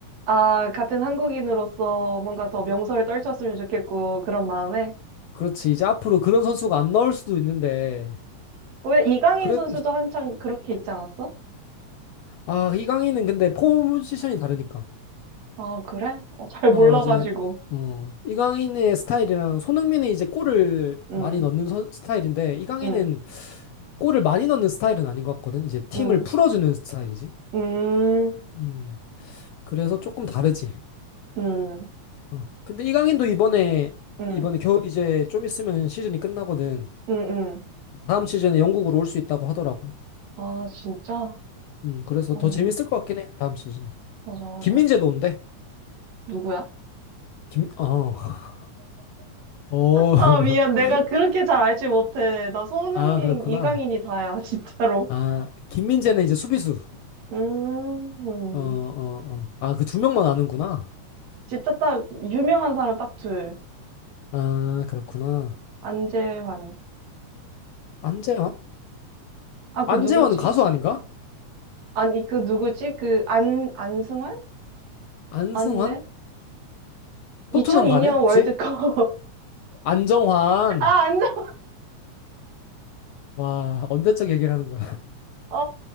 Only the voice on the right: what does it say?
아, 같은 한국인으로서 뭔가 더 명성을 떨쳤으면 좋겠고, 그런 마음에.
왜 이강인
선수도 한창 그렇게 있지 않았어?
아, 그래? 어, 잘
몰라가지고.
응,
응,
응,
음,
응,
응,
응,
응.
아, 진짜?
어,
맞아, 맞아.
누구야?
아, 미안.
내가 그렇게 잘 알지 못해. 나 손흥민,
이강인이 다야, <laughs> 진짜로.
음,
진짜 딱, 유명한 사람 딱 둘.
안재환.
아, 그
누구지?
아니, 그 누구지? 그 안, 안승환?
아닌데? 2002년
월드컵.
<laughs> 아, 안전
아,